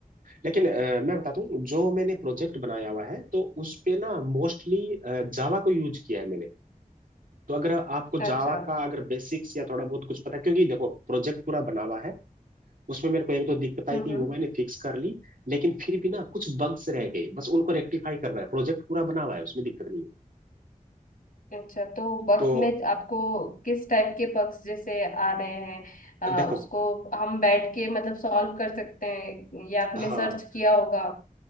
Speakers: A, on the right (about 70°); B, on the left (about 75°).
A: लेकिन अ, मैं बताता हूँ जो मैंने प्रोजेक्ट बनाया हुआ है तो उस पे ना मोस्टली जावा को यूज किया है मैंने तो अगर आपको
B: अच्छा
A: जावा का अगर बेसिक्स या थोड़ा बहुत कुछ पता है क्योंकि देखो प्रोजेक्ट पूरा बना हुआ है उसमें मेरे को एक दो दिक्कत आई
B: हम्म
A: थी
B: हम्म
A: वो मैंने फिक्स कर ली लेकिन फिर भी ना कुछ बग्स रह गए बस उनको रेक्टिफाई करना है प्रोजेक्ट पूरा बना हुआ है उसमें दिक्कत नहीं है
B: अच्छा तो बक
A: तो
B: में आपको किस टाइप के पक्ष जैसे आ रहे हैं आ,
A: देखो
B: उसको हम बैठ के मतलब सॉल्व कर सकते हैं या आपने
A: हाँ
B: सर्च किया होगा